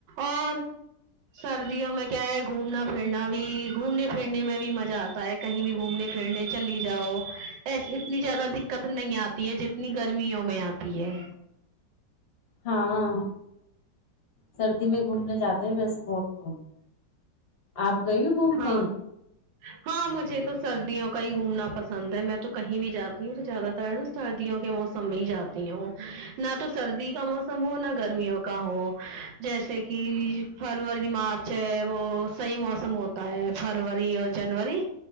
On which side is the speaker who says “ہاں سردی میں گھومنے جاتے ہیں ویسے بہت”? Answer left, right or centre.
Left